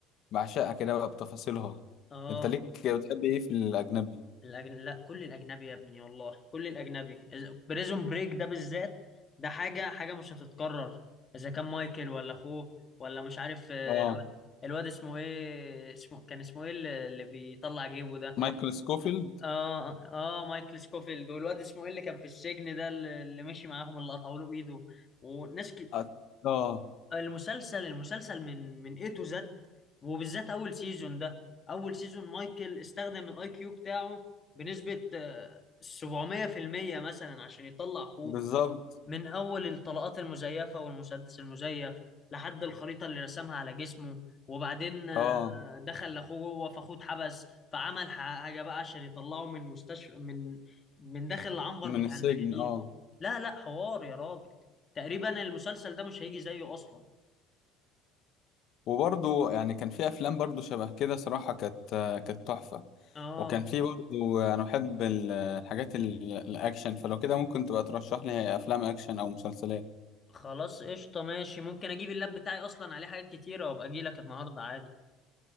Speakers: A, on the left (about 55°); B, on the left (about 30°).
A: بعشقها كده بقى بتفاصيلها
B: اه
A: انت ليك بتحب ايه في الاجنبي
B: الأجن... لا كل الاجنبي يا ابني والله كل الاجنبي بريزون بريك ده بالذات ده حاجه حاجه مش هتتكرر اذا كان مايكل ولا اخوه ولا مش عارف آه،
A: اه
B: الواد الواد اسمه ايه اسمه كان اسمه ايه اللي اللي بيطلع جيبه ده
A: مايكل سكوفيلد
B: اه اه آه، مايكل سكوفيلد والواد اسمه ايه اللي كان في السجن ده اللي اللي مشي معاهم اللي قطعوا له ايده وناس ك...
A: اه آه،
B: المسلسل المسلسل من من اي تو زد وبالذات اول سيزون ده اول سيزون مايكل استخدم الاي كيو بتاعه بنسبة آه، 700% مثلا عشان يطلع اخوه
A: بالظبط
B: من اول الطلقات المزيفة والمسدس المزيف لحد الخريطة اللي رسمها على جسمه وبعدين آه،
A: اه
B: دخل لاخوه جوه فاخوه اتحبس فعمل ح- حاجة بقى عشان يطلعه من مستشفى من من داخل العنبر
A: من
B: بتاع
A: السجن
B: المجانين
A: اه
B: لا لا حوار يا راجل تقريبا المسلسل ده مش هيجي زيه اصلا
A: وبرضو يعني كان في افلام برضو شبه كده صراحة كانت كانت تحفة
B: اه
A: وكان في برضو انا بحب ال- الحاجات ال- الاكشن فلو كده ممكن تبقى ترشح لي افلام اكشن او مسلسلات
B: خلاص قشطة ماشي ممكن اجيب اللاب بتاعي اصلا عليه حاجات كتيرة وابقى اجي لك النهاردة عادي